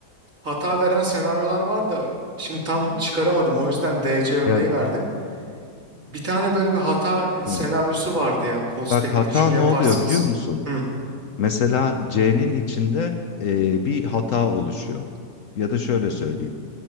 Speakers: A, on the right; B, on the left.
A: Hata veren senaryolar var da şimdi tam çıkaramadım. O yüzden DC örneği
B: Ya
A: verdim. Bir tane böyle bir hata senaryosu
B: hı.
A: vardı yani kol stack'te.
B: Bak hata
A: Şunu
B: ne
A: yaparsınız.
B: oluyor biliyor musun?
A: Hı,
B: Mesela C'nin içinde e, bir hata oluşuyor. Ya da şöyle söyleyeyim.